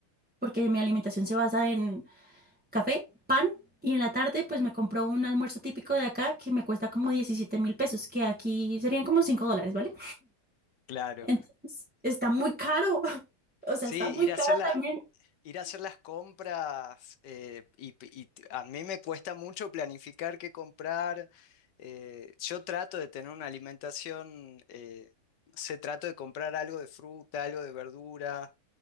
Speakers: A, in the centre; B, on the left (about 60°).
A: porque mi alimentación se basa en café, pan y en la tarde pues me compró un almuerzo típico de acá que me cuesta como diecisiete mil pesos, que aquí serían como 5 dólares, ¿vale?
B: Claro,
A: Entonces, está muy caro, <laughs> o sea,
B: sí,
A: está muy
B: ir a
A: caro
B: hacerla.
A: también.
B: Ir a hacer las compras eh, y, y t- a mí me cuesta mucho planificar qué comprar. eh, yo trato de tener una alimentación, eh, no sé, trato de comprar algo de fruta, algo de verdura,